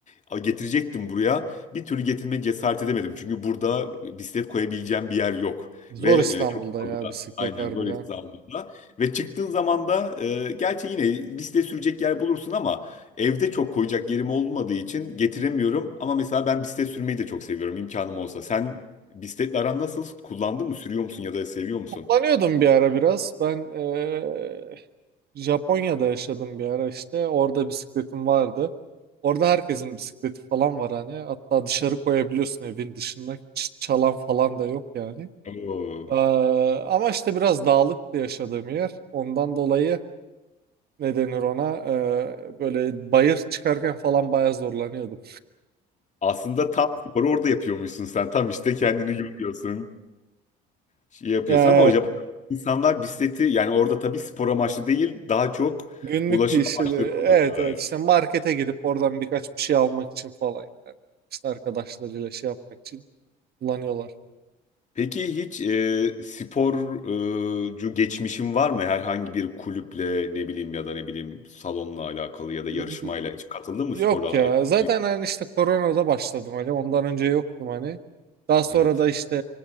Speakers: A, on the left; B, on the right.
A: A, Getirecektim buraya. Bir türlü getirmeye cesaret edemedim. Çünkü burada bisiklet koyabileceğim bir yer yok.
B: Zor
A: Ve
B: İstanbul'da
A: e, çok
B: ya
A: fazla
B: bisiklet
A: aynen
B: harbiden.
A: zor hesabında. Ve çıktığın zaman da e, gerçi yine bisiklet sürecek yer bulursun ama evde çok koyacak yerim olmadığı için getiremiyorum. Ama mesela ben bisiklet sürmeyi de çok seviyorum imkanım olsa. Sen bisikletle aran nasıl? Kullandın mı? Sürüyor musun ya da seviyor musun?
B: Kullanıyordum bir ara biraz. Ben eee, Japonya'da yaşadım bir ara işte. Orada bisikletim vardı. Orada herkesin bisikleti falan var hani. Hatta dışarı koyabiliyorsun evin dışında. Ç- çalan falan da yok yani.
A: Oo.
B: Eee, ama işte biraz dağlıktı yaşadığım yer. Ondan dolayı ne denir ona? Eee, böyle bayır çıkarken falan bayağı zorlanıyordum.
A: Aslında tam sporu orada yapıyormuşsun sen. Tam işte kendini yoruyorsun, şey yapıyorsun
B: E,
A: ama Japon insanlar bisikleti yani orada tabii spor amaçlı değil, daha çok
B: Günlük
A: ulaşım
B: işleri.
A: amaçlı kullanıyorlar.
B: Evet evet işte markete gidip oradan birkaç bir şey almak için falan yani. İşte arkadaşlarıyla şey yapmak için kullanıyorlar.
A: Peki hiç e, sporcu geçmişin var mı? Herhangi bir kulüple ne bileyim ya da ne bileyim salonla alakalı ya da
B: Y-
A: yarışmayla hiç katıldın
B: Yok
A: mı sporla? alakalı?
B: ya zaten hani işte koronada başladım hani ondan önce yoktum hani. Daha sonra
A: Evet.
B: da işte